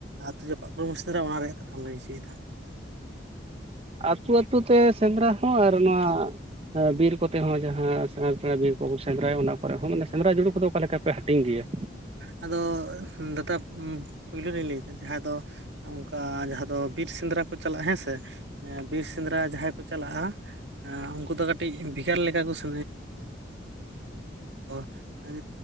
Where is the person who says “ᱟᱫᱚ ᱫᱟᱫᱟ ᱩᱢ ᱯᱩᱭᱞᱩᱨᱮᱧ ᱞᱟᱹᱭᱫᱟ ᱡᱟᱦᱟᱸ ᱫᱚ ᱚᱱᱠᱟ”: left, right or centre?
Right